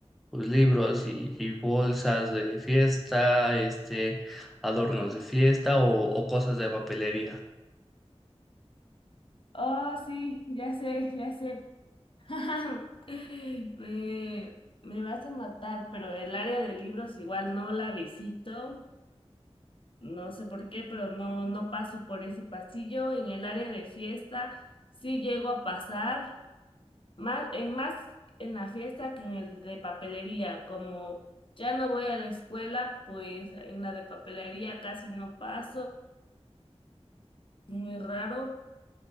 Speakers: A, in the centre; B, on the left.
A: pues, libros y, y bolsas de fiesta, este, adornos de fiesta o, o cosas de papelería.
B: Oh, sí, ya sé, ya sé. <laughs> Me, me vas a matar, pero el área de libros igual no la visito. No sé por qué, pero no, no paso por ese pasillo. En el área de fiesta sí llego a pasar más en, más en la fiesta que en el de papelería. Como ya no voy a la escuela, pues en la de papelería casi no paso, muy raro.